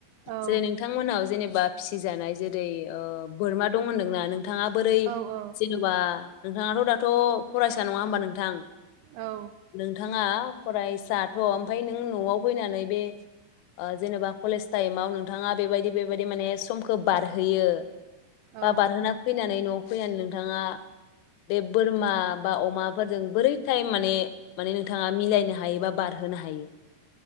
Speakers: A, on the right; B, on the left.
A: औ
B: जेरै नोंथांमोनाव जेनेबा फिसिजानाय जेरै ओ बोरमा दं होनदोंनानों? थाङा बोरै
A: औ औ
B: जेनेबा नोंथाङाथ' दाथ' फरायसा नङा होमबा नों थां
A: औ
B: नोंथाङा फरायसा थ' ओमफाय नों न'आव फैनानै बे जेनेबा कलेज टाइमाव नोंथाङा बेबायदि बेबायदि माने समखौ बारहोयो बा
A: औ
B: बारहोना फैनानै न'आव फैनानै नोंथाङा बे बोरमा बा अमाफोरजों बोरै टाइम। माने माने नोंथाआ मिलायनो हायोबा। बारहोनो हायो।